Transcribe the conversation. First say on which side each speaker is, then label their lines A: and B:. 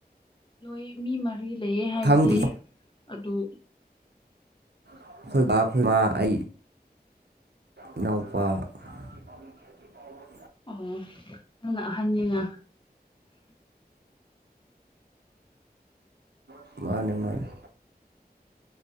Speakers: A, on the left (about 30°); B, on the right (about 80°).
A: ꯅꯣꯏ ꯃꯤ ꯃꯔꯤ ꯂꯩꯌꯦ ꯍꯥꯏꯕꯗꯤ
B: ꯈꯪꯗꯦ
A: ꯑꯗꯨ
B: ꯑꯩꯈꯣꯏꯕꯕꯥ ꯑꯩꯈꯣꯏꯕ ꯑꯩ ꯏꯅꯥꯎꯄꯥ <unintelligible>
A: ꯑꯣ ꯅꯪꯅ ꯑꯍꯟꯅꯤꯅ
B: ꯀ <inaudible> ꯃꯥꯅꯦ ꯃꯥꯅꯦ